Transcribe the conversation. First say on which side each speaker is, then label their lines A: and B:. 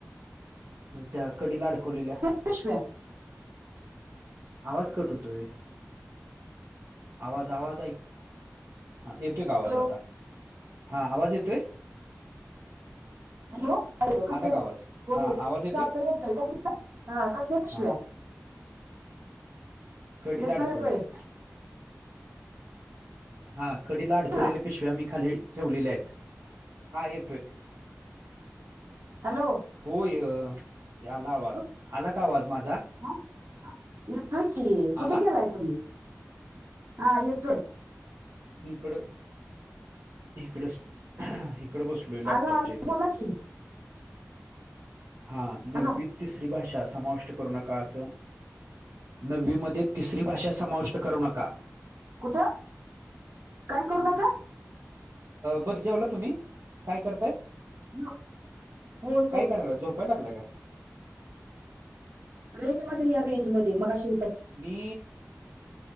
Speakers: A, on the right; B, on the right.
A: ह त्या कडीला अडकवलेल्या.
B: पिशव्या.
A: आवाज कट होतोय. आवाज, आवाज आई हा येतोय का आवाज
B: हॅलो
A: आता? हा आवाज येतोय?
B: हॅलो हॅलो तू कस
A: आला
B: आहे?
A: का आवाज
B: होय.
A: हा आवाज
B: जातोय येतोय कसले हा कसल्या पिशव्या?
A: हा कडीला
B: येतोय
A: अडकवलेल्या.
B: येतोय
A: हा कडीला अडकवलेल्या
B: का
A: पिशव्या मी खाली ठेवलेल्या आहेत. हा येतोय. <inaudible>
B: हॅलो.
A: होय ह्याला आवाज
B: बघ,
A: आला का आवाज माझा?
B: हा? येतोय की कुठ
A: आला
B: गेलाय तुम्ही? हा येतोय.
A: इकड इकड, इकड बसलोय लॅपटॉपच्या
B: आला आला
A: इथं
B: बोला की
A: हा नवित
B: हॅलो
A: तिसरी भाषा समाविष्ट करू नका असं. नववी मध्ये तिसरी भाषा समाविष्ट करू नका.
B: कुठे काय करू
A: म्हणून
B: नका?
A: बरं जेवला तुम्ही? काय करताय
B: झो- हो जो
A: काय करायलाय झोपाय लागलाय का?
B: रेंज मध्ये या रेंज म मग शिव
A: मी